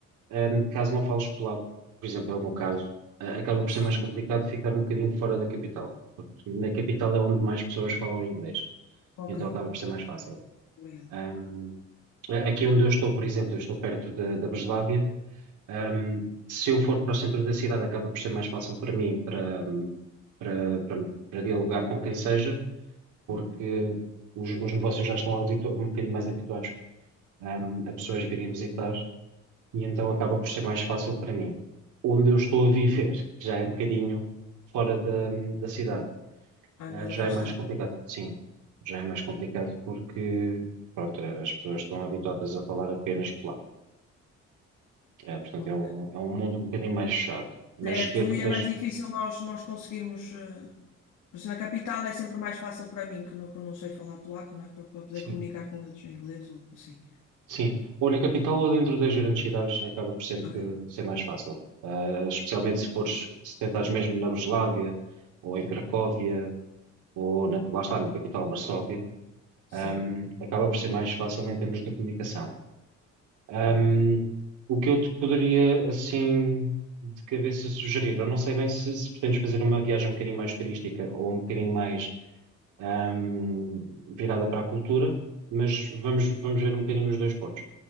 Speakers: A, on the right (about 85°); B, on the left (about 80°).
A: um, caso não fales polaco, por exemplo, é o meu caso, uh, acaba por
B: Sim,
A: ser mais complicado ficar um bocadinho fora da capital, porque na capital é onde mais pessoas falam inglês,
B: ok,
A: então acaba por ser mais fácil.
B: obrigado.
A: Um, a- aqui onde eu estou, por exemplo, eu estou perto da, da Breslávia, um, se eu for para o centro da cidade, acaba por ser mais fácil para mim para, um, para, para, para dialogar com quem seja, porque
B: Uhum.
A: os, os negócios já estão habitu- um bocadinho mais habituados, um, a pessoas virem visitar e então acaba por ser mais fácil para mim. Onde eu estou a viver, que já é um bocadinho fora da, da cidade,
B: Ah,
A: eh,
B: mais
A: já
B: afastado.
A: é mais complicado, sim, já é mais complicado porque, pronto, as pessoas estão habituadas a falar apenas polaco, Eh, portanto
B: Ok.
A: é um, é um mundo um bocadinho mais fechado, mas
B: Certo,
A: dentro
B: e é
A: das,
B: mais difícil nós, nós conseguirmos. eh, Por isso, na capital é sempre mais fácil para mim, que não, que não sei falar polaco, não é? Para, para poder
A: sim,
B: comunicar com eles em inglês ou assim.
A: sim, ou na capital ou dentro das grandes cidades acaba por sempre
B: Ok.
A: ser mais fácil, Eh, especialmente se fores, se tentares mesmo na Breslávia ou em Cracóvia ou na- lá está, na capital, Varsóvia
B: Sim,
A: Um, acaba por ser mais fácil em termos de comunicação. Um,
B: ok.
A: o que eu te poderia, assim, de cabeça sugerir, eu não sei bem se, se pretendes fazer uma viagem um bocadinho mais turística ou um bocadinho mais, um, virada para a cultura, mas vamos, vamos ver um bocadinho os dois pontos.